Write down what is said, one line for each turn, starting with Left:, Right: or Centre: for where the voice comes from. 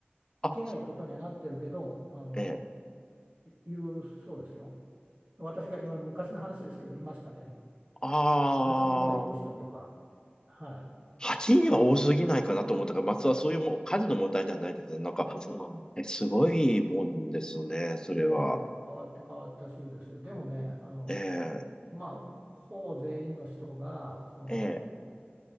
Left: あ、
Right: いけないことにはなってるけど、あの、
Left: ええ、
Right: いいるそうですよ。私が今、昔の話ですけど、いましたね。
Left: ああ、
Right: 8人ぐらいいる人とか、は
Left: 8人は多すぎないかなと思ったから、松はそういうもう数の問題ではないですね。なんか、えすごいもんですね、それは。
Right: い、ええ変わった、変わった州ですよ。でもね、あの、
Left: ええ、
Right: まあ、ほほぼ全員の人が、その、
Left: ええ、